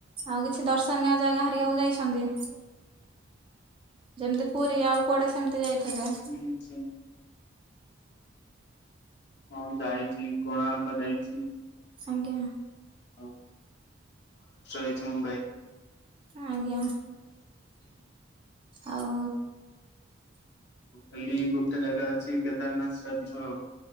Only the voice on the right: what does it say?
ଆଉ କିଛି ଦର୍ଶନୀୟ ଜାଗା ହାରିକାକୁ ଯାଇଛନ୍ତି? ଯେମିତି ପୁରୀ ଆଉ କୁଆଡେ ସେମିତି ଯାଇଥିବେ।
ଆଜ୍ଞା।
ଆଜ୍ଞା ଆଉ